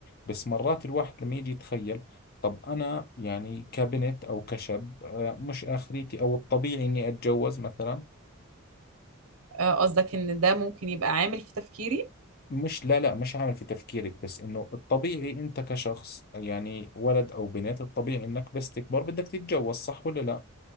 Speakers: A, on the left; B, on the right.
A: بس مرات الواحد لما يجي يتخيل طب أنا يعني كبنت أو كشاب آه، مش آخريتي أو الطبيعي إني أتجوز مثلا
B: آه، قصدك ان ده ممكن يبقى عامل في تفكيري
A: مش لا لا مش عامل في تفكيرك بس إنه الطبيعي أنت كشخص يعني ولد أو بنت الطبيعي إنك بس تكبر بدك تتجوز صح ولا لا؟